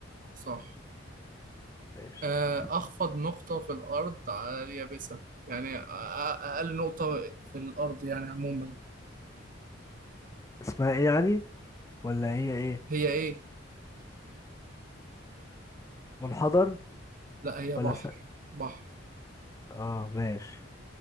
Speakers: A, on the right; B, on the left.
A: صح
B: ماشي
A: آه، أخفض نقطة في الأرض على اليابسة يعني أ- أ- أقل نقطة في الأرض يعني عموما
B: اسمها ايه يعني ولا هي ايه
A: هي إيه؟
B: منحدر
A: لا هي
B: ولا
A: بحر
B: س...
A: بحر
B: اه ماشي